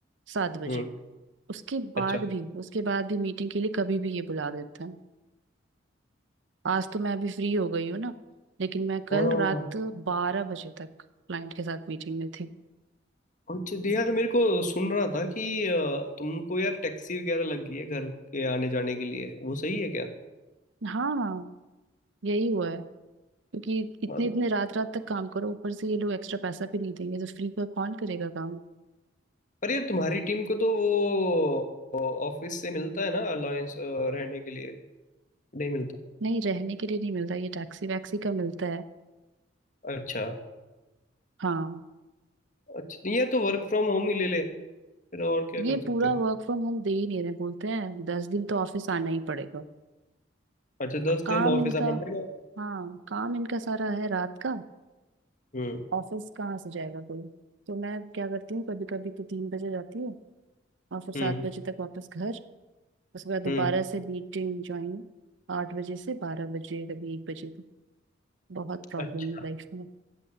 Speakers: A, on the right; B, on the left.
A: सात बजे
B: हम्म
A: उसके बाद
B: अच्छा
A: भी उसके बाद भी मीटिंग के लिए कभी भी ये बुला देते हैं आज तो मैं अभी फ्री हो गई हूँ ना लेकिन मैं कल
B: हाँ हाँ, हाँ,
A: रात बारह बजे तक क्लाइंट के साथ मीटिंग में थी
B: अच्छा तो यार मेरे को सुन रहा था कि अ, तुमको यार टैक्सी वगैरह लग गई है घर के आने जाने के लिए वो सही है क्या
A: हाँ यही हुआ है क्योंकि इतने
B: हाँ तो-
A: इतने रात रात तक काम करो ऊपर से ये लोग एक्स्ट्रा पैसा भी नहीं देंगे तो फ्री का कौन करेगा काम
B: पर यार तुम्हारी टीम को तो वो ऑफिस से मिलता है ना अलायंस रहने के लिए नहीं मिलता
A: नहीं रहने के लिए नहीं मिलता ये टैक्सी वैक्सी का मिलता है
B: अच्छा
A: हाँ
B: अच्छा नहीं यार तो वर्क फ्रॉम होम ही ले ले फिर और क्या
A: ये
B: कर सकते
A: पूरा
B: हैं
A: वर्क फ्रॉम होम दे ही नहीं रहे बोलते हैं दस दिन तो ऑफिस आना ही पड़ेगा
B: अच्छा दस
A: काम
B: दिन ऑफिस
A: इनका
B: आना पड़ेगा
A: हाँ काम इनका सारा है रात का
B: हम्म
A: ऑफिस कहाँ से जाएगा कोई तो मैं क्या करती हूँ कभी कभी तो तीन बजे जाती हूँ और फिर सात
B: हम्म
A: बजे तक वापस घर उसके बाद दोबारा
B: हम्म
A: से मीटिंग ज्वाइन आठ बजे से बारह बजे कभी एक बजे तक बहुत प्रॉब्लम
B: अच्छा
A: है लाइफ में